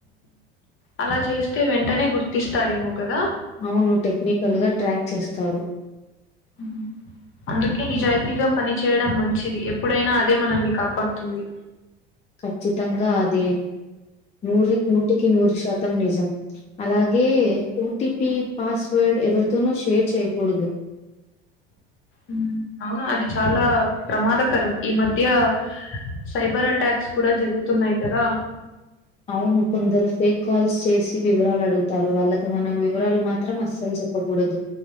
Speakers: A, on the left (about 45°); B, on the left (about 25°).
A: అలా చేస్తే వెంటనే గుర్తిస్తారేమో కదా.
B: అవును టెక్నికల్గా ట్రాక్ చేస్తారు.
A: మ్మ్ మ్మ్. అందుకే నిజాయితీగా పనిచేయడం మంచిది ఎప్పుడైనా అదే మనల్ని కాపాడుతుంది.
B: ఖచ్చితంగా అదే. నూరీకి నూటికి నూరు శాతం నిజం అలాగే ఓటిపి పాస్వర్డ్. ఎవరితోనూ షేర్ చేయకూడదు.
A: ఉమ్మ్ అవునా అది చాలా ప్రమాదకరం ఈ మధ్యా. సైబర్ అటాక్స్ కూడా జరుగుతున్నాయి కదా.
B: అవును కొందరు ఫేక్ కాల్స్ చేసి వివరాలు అడుగుతారు వాళ్ళకు మనం వివరాలు మాత్రం అస్సలు. చెప్పకూడదు